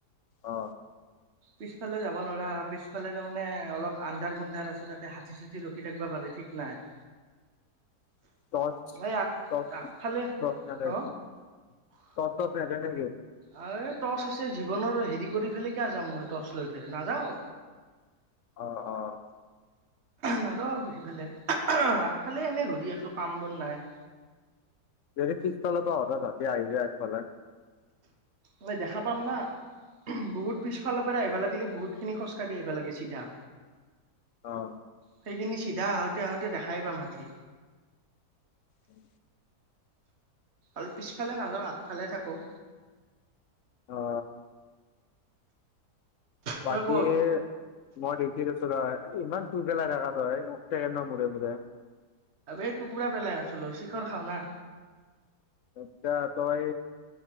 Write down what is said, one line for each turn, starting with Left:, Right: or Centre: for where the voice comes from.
Left: অ
Right: পিছফালে যাব নোৱাৰা পিছফালে তাৰমানে অলপ - আন্ধাৰ মুন্ধাৰ আছে, তা'তে হাতী-চাথী ৰখি থাকিব পাৰে ঠিক নাই।
Left: <unintelligible>
Right: এই আগ আগফালে হ
Left: ৰ্টচ-ৰ্চচ নিদিয়ে নে কি?
Right: এই টৰ্চ আছে জীৱনৰ হেৰি কৰি পেলাই কিয় যাম মই টৰ্চ লৈ পেলাই নাযাওঁ।
Left: অ-অ।
Right: নাযাওঁ সিফালে, আগফালে এনেই ঘূৰি আছো কাম-বন নাই।
Left: যদি পিছফালৰ তহঁতৰ তা'তে আহি যায় আগফালে?
Right: মই দেখা পাম না। বহুত- পিছফালৰ পৰা আহিব লাগিলে বহুত খিনি খোজকাঢ়ি আহিব লাগে চিধা।
Left: অহ।
Right: সেইখিনি চিধা আহোঁতে-আহোঁতে দেখাই পাম হাতী।
Left: উম।
Right: আৰু পিছফালে নাযাওঁ, আগফালে থাকো।
Left: অ। বাকী-
Right: তই ক'ত?
Left: মই ডিউটি আছো ৰ। ইমান থু পেলাই থাকে তই ছেকেণ্ডৰ মোৰে -মোৰে।
Right: এই টুকুৰা পেলাই আছিলো, চিখৰ খাও না।
Left: এতিয়া তই